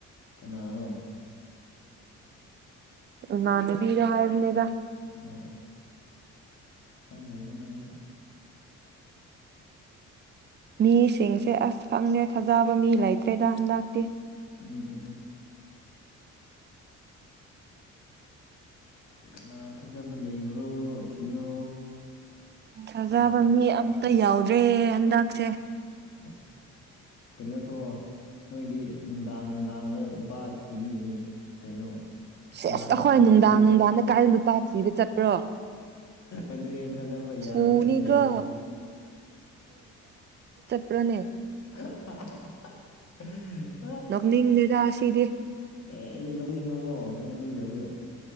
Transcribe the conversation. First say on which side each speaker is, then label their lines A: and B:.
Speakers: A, on the left (about 60°); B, on the right (about 35°).
A: ꯀꯅꯥꯔꯣ
B: ꯅꯅꯦ ꯄꯔ ꯍꯥꯏ ꯏꯅꯦꯗ
A: ꯑꯣ ꯀꯥꯥꯟꯗ꯭ꯔꯦꯗ ꯅꯪꯁꯨ
B: ꯃꯤꯁꯤꯡꯁꯦ ꯑꯁ ꯈꯪꯗꯦ ꯊꯥꯖꯕ ꯃꯤ ꯂꯩꯇ꯭ꯔꯦꯗ ꯍꯟꯗꯛꯇꯤ
A: ꯎꯝ ꯎꯝ ꯎꯝ ꯀꯅꯥꯥ ꯊꯥꯖꯕ ꯂꯩꯕ꯭ꯔꯣ ꯊꯤꯌꯣ
B: ꯊꯖꯕ
A: ꯌꯥꯝ ꯂꯩꯔꯦ
B: ꯃꯤ ꯑꯃꯇ ꯌꯥꯎꯗꯦ ꯔꯦ ꯍꯟꯗꯛꯁꯦ
A: ꯑꯁ ꯀꯩꯅꯣ ꯊꯣ ꯅꯣꯏꯗꯤ ꯅꯨꯡꯗꯥꯡ ꯅꯨꯡꯗꯥꯡꯗ ꯄꯥꯠ ꯊꯤꯕꯤꯒꯤꯅꯦ ꯀꯩꯅꯣ
B: ꯁꯦꯁ
A: ꯉꯥꯟꯕ
B: ꯑꯩꯈꯣꯏ
A: ꯃꯇꯝꯗ
B: ꯅꯨꯡꯗꯥꯡ
A: ꯊꯤꯌꯣ
B: ꯅꯨꯡꯗꯥꯡꯗ ꯀꯥꯏꯗ ꯅꯨꯄꯥ ꯊꯤꯕ ꯆꯠꯄ꯭ꯔꯣ
A: ꯑꯗꯨ ꯊꯥꯖꯕ ꯌꯥꯗꯕꯁꯤꯡ
B: ꯐꯨꯅꯤꯀꯣ
A: ꯂꯩꯕꯗꯣ
B: ꯄꯅꯦꯛ
A: <unintelligible>
B: ꯅꯣꯛꯅꯤꯡꯗꯦꯗ ꯑꯁꯤꯗꯤ
A: ꯑꯦ ꯑꯩꯗꯤ ꯅꯣꯛꯅꯤꯡꯉꯕꯣ ꯅꯪ ꯅꯣꯛꯅꯤꯡꯗ꯭ꯔꯁꯨ